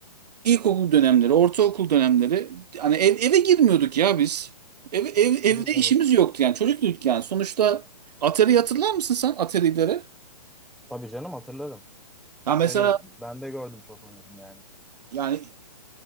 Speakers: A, on the right; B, in the centre.
A: ilkokul dönemleri, ortaokul dönemleri hani ev, eve girmiyorduk ya biz. Ev, ev, evde
B: bilmiyorduk.
A: işimiz yoktu yani çocuktuk yani. Sonuçta Atari hatırlar mısın sen Atari'lere?
B: Tabii canım hatırlarım.
A: Ya
B: Atari
A: mesela
B: ben de gördüm çok oynadım yani.
A: yani